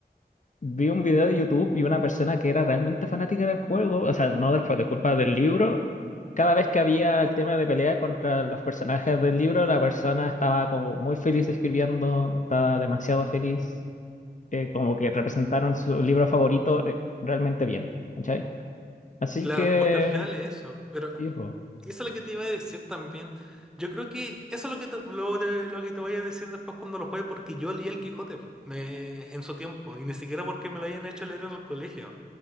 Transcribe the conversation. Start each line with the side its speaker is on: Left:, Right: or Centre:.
Left: Vi un video de YouTube y una persona que era realmente fanática del juego, o sea, no del juego, disculpa, del libro. Cada vez que había el tema de pelea contra los personajes del libro, la persona estaba como muy feliz escribiendo, estaba demasiado feliz, eh, como que representaron su libro favorito, eh, realmente bien, ¿cachai? Así
Centre: Claro,
Left: que,
Centre: porque al final es eso. Pero
Left: sí, po.
Centre: Eso es lo que te iba a decir también. Yo creo que eso es lo que te, lo, de- lo que te voy a decir después cuando lo juegue, porque yo leí el Quijote po, me- en su tiempo, y ni siquiera porque me lo hayan hecho leer en el colegio.